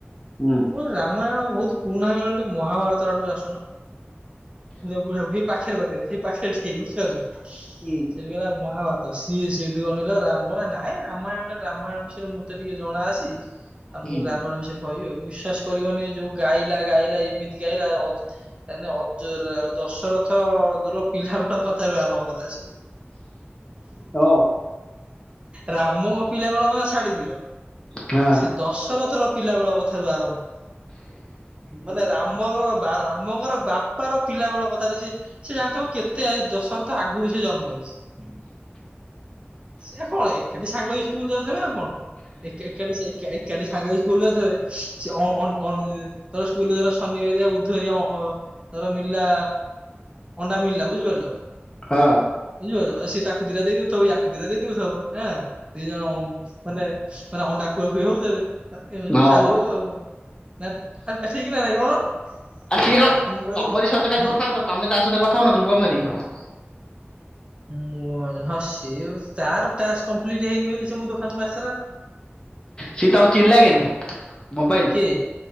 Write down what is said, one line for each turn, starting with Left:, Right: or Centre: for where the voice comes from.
Left: ହୁ।
Right: ମୁ କହିଲି ରାମାୟଣ ବହୁତ ପୁରୁଣା ହେଇଗଲାଣି। ଟିକେ ମହାଭାରତ ଆଡକୁ ଆସୁନ। ମୁଁ ତ ବୁଢାବୁଢ଼ୀ ସେଇ ପାଖରେ ପାଖରେ ସେଇ ପାଖରେ ଠିଆହେଇକି ବୁଝିପାରୁଛ?
Left: ହୁଁ
Right: ସେ ବି କହିଲା ମହାଭାରତ ତ ସିଏ ସେଇଠୁ ଅନେଇଲା ରାମରା ନାଇଁ ରାମାୟଣ ଟା ରାମାୟଣ ବିଷୟରେ ମତେ ଟିକେ ଜଣାଅଛି ଆଉ ମୁଁ
Left: ହୁଁ
Right: ରାମାୟଣ ବିଷୟରେ କହିବି ଆଉ ବିସ୍ୱାସ କରିବନି ଯୋଉ ଗାଇଲା ଗାଇଲା ଏମିତି ଗାଇଲା ଅ ନାଇ ନାଇ ଅଜୁର ଦଶରଥ ଦୁର ପିଲାବେଳ କଥାରୁ ଆରମ୍ଭ କଲା ସେ।
Left: ହଁ।
Right: ରାମ ପିଲାବେଳ କଥା ଛାଡି ଦିଅ
Left: ହଁ
Right: ସେ ଦଶରଥର ପିଲା ବେଳ କଥାରୁ ଆରମ୍ଭ ମାନେ ରାମ ବା ରାମଙ୍କର ବାପାର ପିଲା ବେଳ କଥାରେ ଯିଏ ସେ ଜାଣିଥବ କେତେ ଦଶରଥ ଆଗରୁ ସେ ଜନ୍ମ ହେଇଛି। ସେ କଣ ଏକାଠି ସାଙ୍ଗ ହେଇକି ସ୍କୁଲ ଯାଉଚନ୍ତି ଆଉ କଣ। ଏକା ଏକାଠି ସେ ଏକା ଏକାଠି ସାଙ୍ଗ ହେଇକି ସ୍କୁଲ ଯାଉଥିବେ ସେ ଅ ଅ ଅଣ୍ଡ ଧର ସ୍କୁଲରେ ଯୋଉରା ଶନିିବାରିଆ ବୁଧବାରଆ ଅ ଧର ମଳିଲା ଅଣ୍ଡା ମିଳିଲା ବୁଝିପାରୁଛ
Left: ହଁ।
Right: ବୁଝିପାରୁଛ ସେ ତାକୁ ଦିଟା ଦେଇ ଦଉଥବ ୟାକୁ ଦୀଟା ଦେଇ ଦଉଥବ ଆଁ ଦି ଜଣ ଅମ ମାନେ ମାନେ ଅଣ୍ଡା ଖୁଆଖୁଇ ହଉଥେବେ ଏମିତି ସବୁ
Left: ହଁ
Right: ଚାଲିବ ଆଉ। ନା ଆର୍ ଠିକ ନା ନାଇଁ କହୁନ
Left: ଆ ସିଏ କଣ
Right: ତାକୁ ମୁଁ କହିଲି
Left: ତମରି ସହିତ ଖାଲି
Right: ହୁଁ
Left: କଥା ହଉଥିବ ତମେ ତା ସହିତ କଥା ହୋଉନଥିଲ ଫୋନ ମାରିକି?
Right: ମୁଁ ହଁ ସିଏ ତାର ଟାସ୍କ କମ୍ପ୍ଲିଟ ହେଇନି ବୋଲି ସେ ମୋ ଦୋକାନକୁ ଆସିଥିଲା ନା
Left: ସିଏ ତମକୁ ଚିହ୍ନିଲା କେମତି? ମୋବାଇଲରେ
Right: କିଏ?